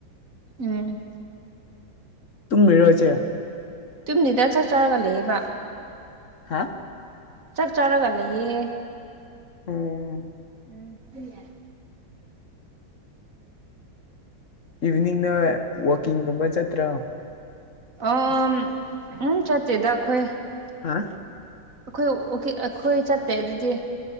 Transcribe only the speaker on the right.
ꯎꯝ
ꯇꯨꯝꯗꯦꯗ ꯆꯥꯛ ꯆꯥꯔꯒ ꯂꯩꯌꯦꯕ꯫
ꯆꯥꯛ ꯆꯔꯒ ꯂꯩꯌꯦ꯫
ꯎꯝ <unintelligible>
ꯑꯝ ꯎꯝ ꯆꯠꯇꯦꯗ ꯑꯩꯈꯣꯏ
ꯑꯩꯈꯣꯏ ꯋꯥꯛꯀꯤ ꯑꯩꯈꯣꯏ ꯆꯠꯇꯦ ꯑꯗꯨꯗꯤ